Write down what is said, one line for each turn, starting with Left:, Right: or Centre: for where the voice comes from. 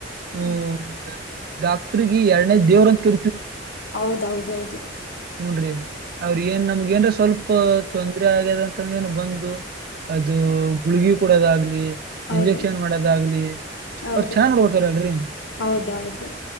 Right: ಹ್ಮಡಾ
Left: ಹ್ಮ್.
Right: ಟ್ರಿಗ ಎರಡನೇ ದೇವ್ರ ಅಂತ ಕ
Left: ಹೌದೌದುೌದು ಹ
Right: ಹೂನ್್ರೀ ಅವ್ರ ಏನ್ ನಮ್ಗ ಏನ್್ರ ಸ್ವಲ್ಪ ತೊಂದ್ರ ಆಗ್ಯದ ಅಂತಂದ ಏನು ಬಂದು ಅದು ಗುಳಗಿ ಕೂಡದ ಆಾಗಲಿ
Left: ಹೌದು
Right: ಇಂಜೆಕ್ಷನ್ ಮಾಡದ ಆಗ್ಲಿ
Left: ಹೌದು
Right: ಅವ್ರ ಚೆನ್ನ್ ನಡ್ಕೋತಾರಲ್ರರಿ
Left: ಹೌದೌದು